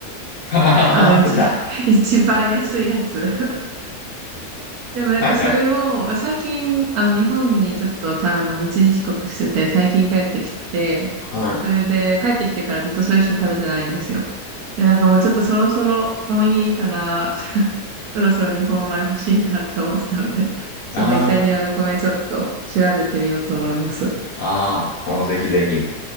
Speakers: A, on the left (about 65°); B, on the right (about 75°).
A: <laughs> ああ、
B: あの、一、
A: 出た。
B: 一番安いやつでもなんかそれを、
A: はいはい。
B: あ最近、あの日本にちょっとたあの一時帰国してて、最近帰ってきて、
A: はい。あ
B: それで帰ってきてからずっとそれしか食べてないんですよ。で、なんかもうちょっとそろそろもういいから、<laughs> そろそろ日本米欲しいなって思ってたんで、そのイタリアの米ちょっと調べてみようと思います。
A: あ、ああ、もうぜひぜひ。